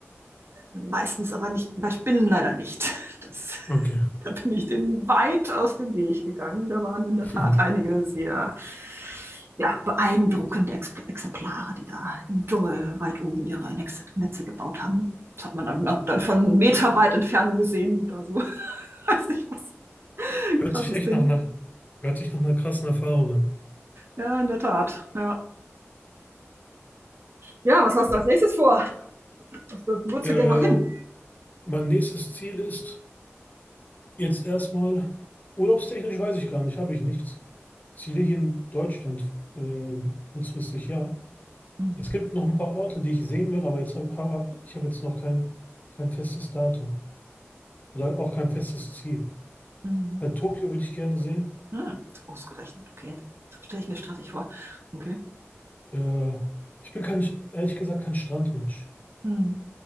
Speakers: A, on the right; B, on the left.
A: Meistens aber nicht, bei Spinnen leider nicht. <laughs> Das,
B: Okay.
A: da bin ich denen weit aus dem Weg gegangen. Da waren in der
B: <laughs>
A: Tat einige sehr ja, beeindruckende Ex Exemplare, die da im Dschungel weit oben ihre Netze, Netze gebaut haben. Das hat man dann, dann von meterweit Entfernung gesehen. Da so, <laughs> weiß nicht was.
B: Hört
A: Krasses
B: sich echt
A: Ding.
B: nach einer, hört sich nach einer krassen Erfahrung an.
A: Ja, in der Tat. Ja, ja was hast du als nächstes vor? Wo würdest
B: Äh,
A: du gerne noch hin?
B: mein nächstes Ziel ist jetzt erstmal, urlaubstechnisch weiß ich gar nicht, habe ich nichts. Ziele hier in Deutschland, äh, kurzfristig ja.
A: Mhm.
B: Es gibt noch ein paar Orte, die ich sehen will, aber jetzt hab, hab, hab, ich habe jetzt noch kein, kein festes Datum oder auch kein festes Ziel.
A: Mhm.
B: Halt Tokio würde ich gerne sehen.
A: Hm, ausgerechnet, okay. Stelle ich mir stressig vor. Okay.
B: Äh, ich bin kein, ehrlich gesagt kein Strandmensch.
A: Hm.